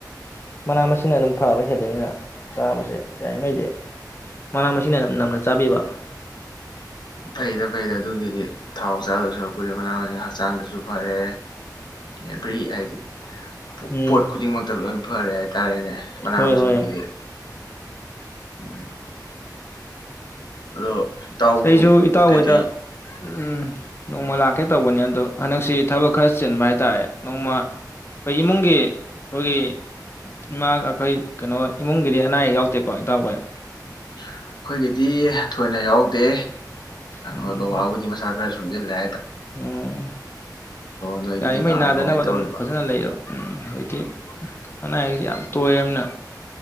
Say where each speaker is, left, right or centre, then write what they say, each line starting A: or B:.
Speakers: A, on the left; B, on the left.
A: ꯃꯅꯥ ꯃꯁꯤꯡꯅ ꯑꯗꯨꯝ ꯐꯕ ꯍꯦꯜꯂꯤꯃꯤꯅ ꯆꯥꯕꯁꯦ ꯌꯥꯔꯤꯉꯩꯗꯤ ꯃꯅꯥ ꯃꯁꯤꯡꯅ ꯅꯝꯅ ꯆꯥꯕꯤꯕ
B: ꯐꯩꯗ ꯐꯩꯗ ꯑꯗꯨ ꯑꯗꯨꯒꯤꯗꯤ ꯊꯥꯎ ꯆꯥꯗ‌ꯣꯢ ꯁꯔꯨꯛ ꯑꯈ‌ꯣꯢ ꯃꯅꯥ ꯃꯁꯤꯡ ꯍꯛꯆꯥꯡꯗꯁꯨ ꯐꯔꯦ ꯑꯦꯚ꯭ꯔꯤ ꯍꯥꯏꯗꯤ
A: ꯎꯝ
B: ꯄꯣꯠ ꯈꯨꯗꯤꯡꯃꯛꯇ ꯂꯣꯏ ꯐꯔꯦ ꯍꯥꯏꯇꯥꯥꯔꯦꯅꯦ ꯃꯅꯥ
A: ꯍꯣꯏ
B: ꯃꯁꯤꯡꯁꯤꯗꯤ
A: ꯍꯣꯏ
B: ꯎꯝ ꯑꯗꯣ ꯏꯇꯥꯎꯕꯨ
A: ꯑꯩꯁꯨ ꯏꯇꯥꯡ
B: ꯀꯩꯀꯩ
A: ꯍꯣꯏꯗ ꯎꯝ ꯅꯣꯡꯃ ꯂꯥꯛꯀꯦ ꯇꯧꯕꯅꯤ ꯑꯗꯨꯗꯣ ꯍꯟꯗꯛꯁꯤ ꯊꯕꯛ ꯈꯔ ꯆꯤꯟꯕ ꯍꯥꯏꯇꯥꯔꯦ ꯅꯣꯡꯃ ꯑꯩꯈꯣꯏ ꯏꯃꯨꯡꯒꯤ ꯑꯩꯈꯣꯏꯒꯤ ꯏꯃꯥꯒ ꯑꯩꯈꯣꯏ ꯀꯩꯅꯣ ꯏꯃꯨꯡꯒꯤꯗꯤ ꯑꯅꯥ ꯑꯌꯦꯛ ꯌꯥꯎꯗꯦꯀꯣ ꯏꯇꯎꯈꯣꯏ
B: ꯑꯩꯈꯣꯏꯒꯤꯗꯤ ꯊꯣꯏꯅ ꯌꯥꯎꯗꯦ
A: ꯎꯝ
B: ꯣꯏ ꯕꯥꯕꯨꯗꯤ ꯃꯁꯥ ꯣꯟꯖꯦ ꯂ
A: ꯎꯝ
B: ꯅꯣꯏꯒꯤꯗꯤ
A: ꯌꯥꯔꯤꯉꯩ
B: ꯀꯃꯥꯏ
A: ꯅꯥꯗꯅꯕ
B: ꯀꯃꯥꯏꯅ
A: ꯑꯗꯨꯝ
B: ꯇꯧꯔꯤꯕ
A: ꯐꯖꯅ ꯂꯩꯔꯣ ꯎꯝ ꯍꯧꯖꯤꯛꯇꯤ ꯑꯅꯥ ꯑꯌꯦꯛꯁꯤ ꯌꯥꯝ ꯇꯣꯏꯔꯝꯅ